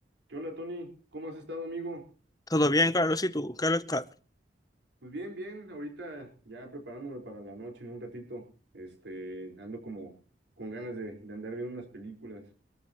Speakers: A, on the right (about 85°); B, on the left (about 20°).
A: ¿Qué onda, Tony? ¿Cómo has estado, amigo?
B: Todo bien, Carlos, ¿y tú? ¿Qué lo está?
A: Pues bien, bien, ahorita ya preparándome para la noche en un ratito. Este, ando como con ganas de, de andar viendo unas películas,